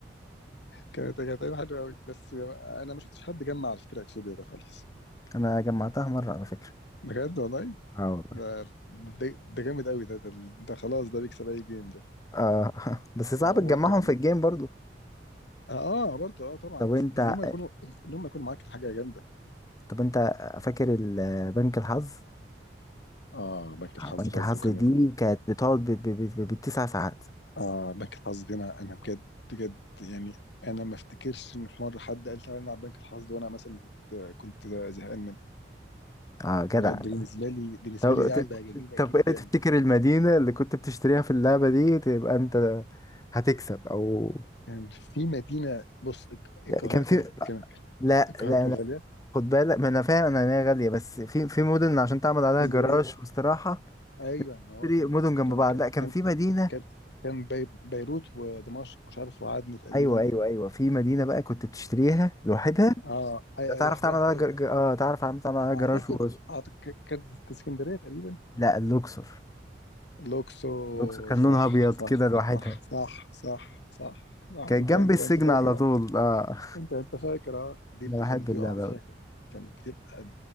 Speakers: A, on the left (about 75°); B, on the left (about 20°).
A: كانت كانت ايام حلوه قوي بس انا ما شفتش حد جمع على فكره اكسوديا ده خالص
B: انا جمعتها مرة على فكرة
A: بجد والله
B: اه والله
A: ده ده, ده جامد قوي ده, ده ده خلاص ده بيكسب اي جيم ده
B: اه <laughs> بس صعب
A: هو
B: تجمعهم
A: برضه كان
B: في الجيم برضو
A: اه آه، برضه اه طبعا
B: طب
A: بس
B: انت
A: ان هم يكونوا ان هم يكونوا معاك حاجه جامده
B: طب انت فاكر ال- بنك الحظ
A: اه بنك الحظ
B: آه، بنك
A: برضه
B: الحظ
A: كان
B: دي كانت بتقعد ب- ب- ب- بالتسع ساعات
A: اه بنك الحظ دي انا انا بجد بجد يعني انا ما افتكرش ان في مره حد قال تعالى نلعب بنك الحظ وانا مثلا كنت كنت زهقان منها
B: اه جدع
A: بجد بالنسبه لي بالنسبه
B: طب
A: لي لعبه
B: ت-
A: جميله
B: طب
A: جدا
B: ايه تفتكر المدينة اللي كنت بتشتريها في اللعبة دي تبقى انت هتكسب او
A: كان في مدينة بص الك- القاهرة
B: كان في
A: كانت كانت
B: لا
A: القاهرة
B: لا
A: كانت
B: لا
A: غالية
B: خد بالك ما انا فاهم انا إن هي غالية بس في في مدن عشان تعمل عليها
A: اسكندرية
B: جراج واستراحة
A: أيوة ما هو
B: تشتري
A: كان
B: مدن جنب
A: كان
B: بعض
A: كان
B: لا كان
A: كان
B: في مدينة
A: كان, كان بي بيروت ودمشق مش عارف وعدن تقريبا
B: ايوه ايوه ايوه في مدينة بقى كنت بتشتريها لوحدها
A: اه أيوة
B: تعرف
A: لوحدها
B: تعمل عليها
A: أيوة
B: جر... ج- اه تعرف تعمل عليها
A: أعتقد
B: جراج و...
A: أعتقد ك- كانت اسكندرية تقريبا
B: لا اللوكسور
A: الأقصر
B: اللوكسور كان
A: صح
B: لونها ابيض
A: صح
B: كده لوحدها
A: صح صح صح صح صح
B: كان
A: أنت
B: جنبي
A: أنت
B: السجن
A: أنت فاكر
B: على طول
A: أه؟
B: اه
A: أنت أنت فاكر أه؟ دي اللي
B: انا بحب
A: كان بيقع
B: اللعبه
A: فيها
B: أوي.
A: كان كانت بتبقى